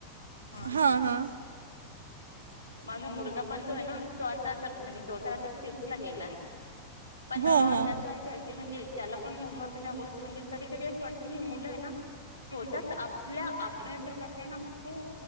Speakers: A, on the left (about 85°); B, on the right (about 70°).
A: ह
B: हा हा
A: माझा मुलगा पण तो आहे ना तो आ - म्हणजे टोटल आता फिफतला गेलाय पण
B: हो हो
A: त्याच असं आहे की म्हणजे त्याला पण होमवर्क ह्या कधी कधी अस वाटत हे मुलं आहे ना - होतात आपल्या अभ्यासा करताना खूप